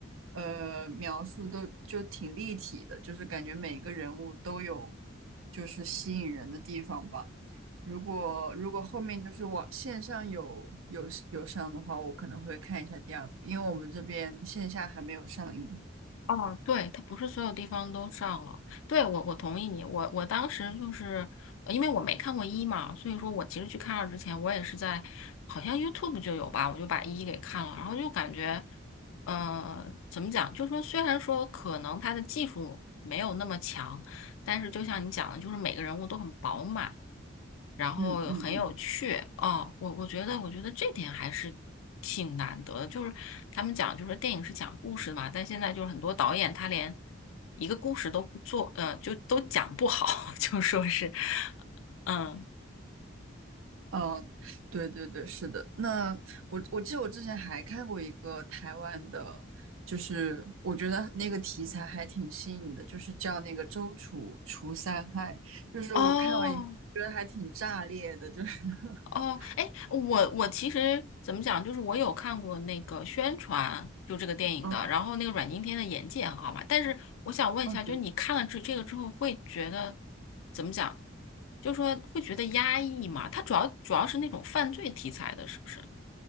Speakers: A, on the right (about 80°); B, on the left (about 80°).
A: 呃，描述都就挺立体的，就是感觉每个人物都有就是吸引人的地方吧。如果如果后面就是网线上有有有上的话，我可能会看一下第二部，因为我们这边线下还没有上映。
B: 哦，对，它不是所有地方都上了。对，我我同意你。我我当时就是呃因为我没看过一嘛，所以说我其实去看二之前，我也是在好像 YouTube 就有吧，我就把一给看了，然后就感觉，呃，怎么讲？就是说虽然说可能它的技术没有那么强，但是就像你讲的，就是每个人物都很饱满，然后很有趣。
A: 嗯嗯嗯。
B: 哦，我我觉得，我觉得这点还是挺难得的。就是他们讲，就是电影是讲故事嘛，但现在就是很多导演他连一个故事都不做，呃，就都讲不好，<laughs> 就说是，嗯，
A: 哦，对对对，是的。那我我记得我之前还看过一个台湾的，就是我觉得那个题材还挺新颖的，就是叫那个《周楚除三害》，就是我看完以后觉得还挺炸裂的，
B: 哦。
A: 就是 <laughs>
B: 哦，哎，我我其实怎么讲，就是我有看过那个宣传，就这个电影的，
A: 嗯
B: 然后那个阮经天的演技也很好嘛。但是我想问一下，
A: 嗯，
B: 就是你看了这这个之后，
A: 对。
B: 会觉得怎么讲？就说会觉得压抑嘛？他主要主要是那种犯罪题材的，是不是？